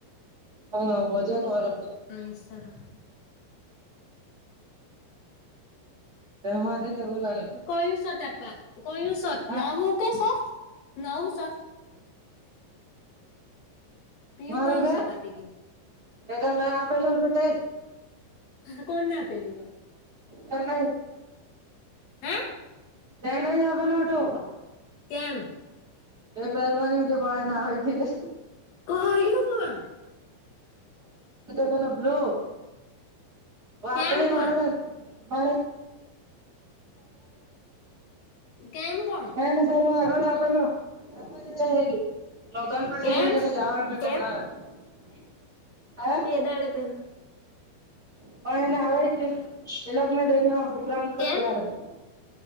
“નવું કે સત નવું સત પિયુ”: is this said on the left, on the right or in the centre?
Left